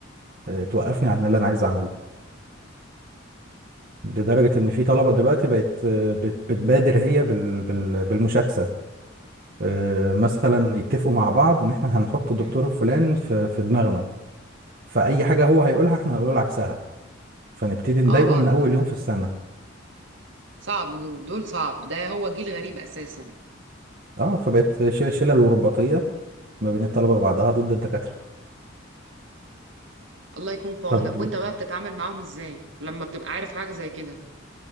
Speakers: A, on the right (about 45°); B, on the right (about 65°).
A: آه، توقفني عن اللي انا عايز اعمله لدرجة ان في طلبة دلوقتي بقت آه، بت... بتبادر هي بال... بال... بالمشاكسة آه، مثلا يتفقوا مع بعض ان احنا هنحط الدكتور
B: امم
A: الفلان في في دماغنا فاي حاجه هو هيقولها احنا هنقول عكسها فنبتدي نضايقه
B: اه اه
A: من
B: لا
A: اول يوم في السنه
B: صعب دول دول صعب ده هو جيل غريب اساسا
A: اه فبقت ش- شلل ورباطيه ما بين الطلبه بعضها ضد الدكاتره
B: الله يكون في عونك
A: طب
B: وانت بقى بتتعامل معاهم ازاي لما بتبقى عارف حاجه زي كده